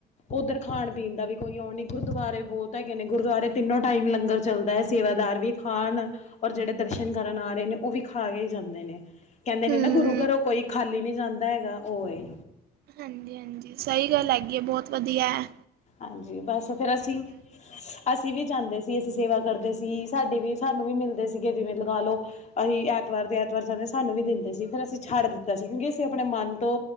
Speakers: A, on the left; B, on the right.
A: ਉੱਧਰ ਖਾਣ ਪੀਣ ਦਾ ਵੀ ਕੋਈ ਆਉ ਨੀ, ਗੁਰਦੁਆਰੇ ਬਹੁਤ ਹੈਗੇ ਨੇ ਗੁਰਦੁਆਰੇ ਤਿੰਨੋ ਟਾਈਮ ਲੰਗਰ ਚੱਲਦਾ ਹੈ, ਸੇਵਾ ਸਰਦਾਰ ਵੀ ਖਾਣ, ਔਰ ਜਿਹੜੇ ਦਰਸ਼ਨ ਕਰਨ ਆ ਰਹੇ ਨੇ ਉਹ ਵੀ ਖਾ ਕੇ ਜਾਂਦੇ ਨੇ। ਕਹਿੰਦੇ ਨੇ
B: ਹਮ
A: ਨਾ ਗੁਰੂ ਘਰੋਂ ਕੋਈ ਖਾਲੀ ਨੀ ਜਾਂਦਾ ਹੈਗਾ ਉਹ ਏ।
B: ਹਾਂਜੀ ਹਾਂਜੀ ਸਹੀ ਗੱਲ ਹੈਗੀ ਏ, ਬਹੁਤ ਵਧੀਆ ਏ।
A: ਹਾਂਜੀ ਬਸ ਫੇਰ ਅਸੀਂ ਅਸੀਂ ਵੀ ਜਾਂਦੇ ਸੀ, ਅਸੀਂ ਸੇਵਾ ਕਰਦੇ ਸੀ, ਸਾਡੇ ਵੀ ਸਾਨੂੰ ਵੀ ਮਿਲਦੇ ਸੀਗੇ ਜਿਵੇਂ ਲਗਾ ਲਓ ਅਸੀਂ ਅ ਐਤਵਾਰ ਦੇ ਐਤਵਾਰ ਜਾਂਦੇ ਸਾਨੂੰ ਵੀ ਦਿੰਦੇ ਸੀ, ਫਿਰ ਅਸੀਂ ਛੱਡ ਦਿੱਤਾ ਸੀ ਕਿਉਂਕਿ ਅਸੀਂ ਆਪਣੇ ਮਨ ਤੋਂ